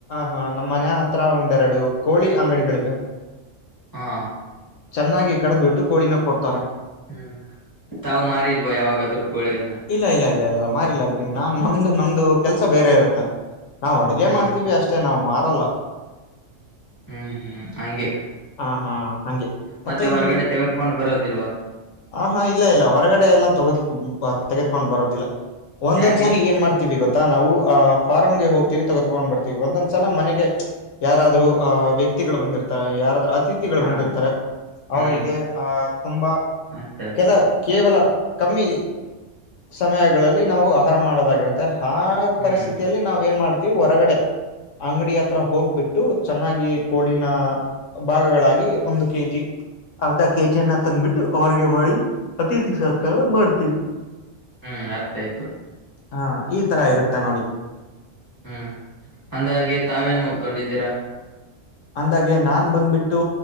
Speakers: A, on the left (about 75°); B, on the right (about 20°).
A: ಹ ನಮ್ಮ ಮನ ಹತ್ರ ಒಂದ್ೆರಡು ಕೋಳಿ ಅಂಗಡಿಗಳಿವೆ
B: ಹಾ
A: ಚೆನ್ನಾಗಿ ಕಡದ್ ಬಿಟ್ಟು ಕೋಳಿನ ಕೊಡ್ತಾರೆ
B: ಹ್ಮ್ ತಾವು ಮಾರಿಲ್ವಾ ಯಾವಾಗಾದ್ರೂ ಕೋಳಿಯನ್ನ
A: ಇಲ್ಲ ಇಲ್ಲ ಇಲ್ಲ ಇಲ್ಲ ಮಾಾರಲ್ಲ ಅಡ ನಾ ನಮ್ದು ನಮ್ದು ಕೆಲ್ಸ ಬೇರೆ ಇರುತ್ತೆ ನಾವ್ ಅಡಗೆ
B: ಹ್ಮ್
A: ಮಾಡ್ತೀವಿ
B: ಹ್ಮ್
A: ಅಷ್ಟೇ ನಾವ್ ಮಾರಲ್ಲ
B: ಹ್ಮ್ ಹ್ಮ್ ಹಂಗೆ
A: ಹಾ ಹಾ ಹೆ
B: ಮತ್ತೆ
A: ಮ
B: ಹೊರ್ಗಡೆ
A: ನೀ
B: ತೆಗೆದ್ಕೊಂಡ್ ಬರೋದಿಲ್ವಾ
A: ಹ ಹಾ ಇಲ್ಲ ಇಲ್ಲ ಹೊರಗಡೆ ಎಲ್ಲ ತಗೋ ತೆಗೆದಕೊಂಡ್ ಬರೋದಿಲ್ಲ ಒಂದೊಂದ್
B: ಯಾಕೆ
A: ಸಾರಿ ಏನ್ ಮಾಡ್ತೀವಿ ಗೊತ್ತ ನಾವು ಅ್ ಫಾರ್ಮ್ಗೆ ಹೋಗ್ತತಿವಿ ತಗತ್ಕೊಂಡ್ ಬರ್ತೀವಿ ಒಂದೊಂದ್ಸಲ ಮನೆಗೆ ಯಾರಾದ್ೂ ಆ್ ವ್ಯಕ್ತಿಗಳು ಬಂದಿರ್ತಾರೆ ಯಾರಾದ್ರು ಸ್ಥಥಿಗಳು
B: ಹಾ
A: ಬಂದಿರ್ತಾರೆ
B: ಹ್ಮ್
A: ಅವರಿಗೆ ಆಹ ತುಂಬಾ
B: ಅರ್ಥ ಆಯ್ತು
A: ಕೆಲ ಕೇವಲ ಕಮ್ಮಿ ಸಮಯಗಳಲ್ಲಿ ನಾವು ಆಹಾರ ಮಾಡೋದಾಗಿರುತ್ತೆ ಆ
B: ಹ್ಮ್
A: ಪರಿಸ್ಥಿತಿಯಲ್ಲಿ ನಾವ ಏನ್ ಮಾಡ್ತೀವಿ ಹೊರಗಡೆ ಅಂಗಡಿ ಹತ್ರ ಹೋಗ್ಬಿಟ್ಟು ಚೆನ್ನಾಗಿ ಕೋಳಿನ ಭಾಗಗಳಾಗಿ ಒಂದು ಕೆಜಿ ಅರ್ಧ ಕೆಜಿಯನ್ನ ತಂದ್ಬಿಟ್ಟು ಅವ್ರಗೆ ಮಾಡಿ ಅತಿಥಿ ಸತ್ಕಾರ ಮಾಡ್ತೇವಿ
B: ಹ್ಮ್ ಅರ್ಥ ಆಯ್ತು
A: ಹಾ ಈ ತರ ಇರುತ್ತ ನೋಡಿ
B: ಹ್ಮ್ ಅಂದಾಗೆ ತಾವೇನ್ ಹ್ಕೊಂಡಿದ್ದೀರಾ
A: ಅಂದಾಗೆ ನಾನ್ ಬಂದ್ಬಿಟ್ಟು